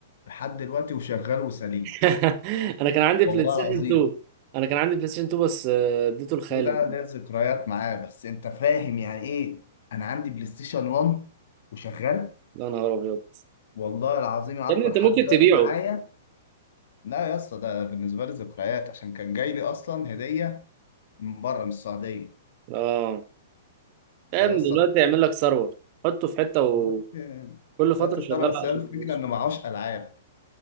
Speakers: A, on the left; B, on the right.
A: لحد دلوقتي وشغال وسليم
B: <laughs> انا كان عندي
A: والله
B: بلاي ستيشن
A: العظيم
B: 2 انا كان عندي بلاي ستيشن 2 بس آه، اديته لخالي
A: دو ده ليا ذكريات معاه بس انت فاهم يعني ايه انا عندي بلاي ستيشن 1 وشغال
B: يا نهار ابيض
A: والله العظيم عارفه
B: يا ابني انت
A: لحد
B: ممكن
A: دلوقتي
B: تبيعه
A: معايا لا يا اسطى ده بالنسبه لي ذكريات عشان كان جاي لي اصلا هديه من بره من السعوديه
B: اه لا
A: فيا
B: يا ابني
A: اسطى
B: دلوقتي يعمل لك ثروه حطه في حته وكل
A: دلوقتي
B: فتره
A: دلوقتي
B: شغاله
A: ساره بس
B: عشان
A: هي الفكره
B: فلوس
A: انه معهوش العاب